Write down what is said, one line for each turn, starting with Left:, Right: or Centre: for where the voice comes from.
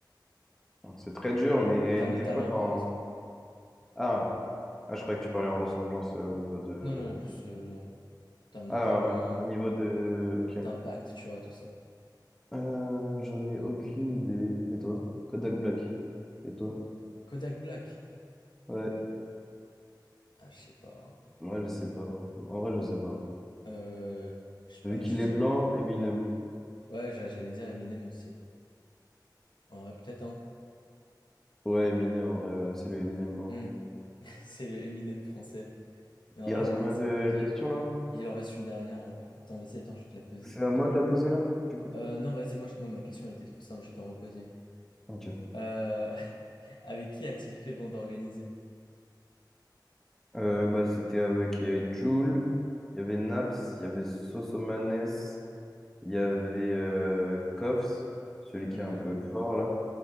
Centre: C'est très dur, mais
Left: En termes
Centre: des
Left: de talent,
Centre: fois dans...
Left: par exemple.
Centre: Ah, ah, je croyais que tu parlais en ressemblance euh, au niveau de...
Left: Non, non, en plus, euh, non. En termes
Centre: Ah,
Left: de talent,
Centre: au niveau
Left: euh,
Centre: de... Ok.
Left: d'impact, tu vois, tout ça.
Centre: Euh, j'en ai aucune idée. Et toi? Kodak Black. Et toi?
Left: Kodak Black?
Centre: Ouais.
Left: Ah, je sais pas.
Centre: Moi, je sais pas. En vrai, je sais pas.
Left: hein. Euh, je sais
Centre: Vu
Left: pas,
Centre: qu'il
Left: je
Centre: est
Left: dirais.
Centre: blanc, Eminem.
Left: Ouais, j'a- j'allais dire Eminem aussi. Ouais, peut-être, hein.
Centre: Ouais, Eminem, en vrai, ouais, c'est le Eminem blanc.
Left: Hmm. <laughs> C'est le Eminem français. Mais en
Centre: Il
Left: vrai,
Centre: reste combien
Left: non, c'est
Centre: de
Left: compliqué.
Centre: questions là?
Left: Il en reste une dernière en vrai. Attends, vas-y, attends, je vais te la poser.
Centre: C'est à moi de la poser là, du coup?
Left: Euh, non, vas-y, moi, je- moi, ma question elle était trop simple, je vais t'en reposer une.
Centre: Ok.
Left: Euh, <laughs> avec qui a-t-il fait bande organisée?
Centre: Euh, bah, c'était avec euh, Jul, il y avait Naps, il y avait Sosomanes, il y avait euh, Koffs, celui qui
Left: Ouais,
Centre: est un peu fort là.